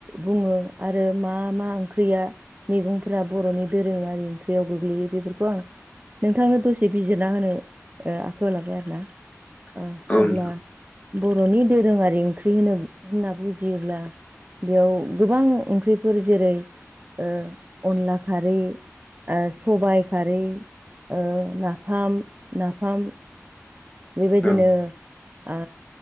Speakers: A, on the right; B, on the left.
A: बुङो आरो मा मा ओंख्रिया मेगंफोरा बर'नि दोरोङारि ओंख्रियाव गोग्लैयो बेफोरखौ आं नोंथांनो दसे बिजिरना होनो ओ आखायाव लाबाय आरोना ओ
B: औ नोंथां
A: अब्ला बर'नि दोरोङारि ओंख्रि होनो होनना बुजियोब्ला बेयाव गोबां ओंख्रिफोर जेरै ओ अनला खारै ओ सबाय खारै ओ नाफाम नाफाम बेबायदिनो
B: औ नोंथां
A: आ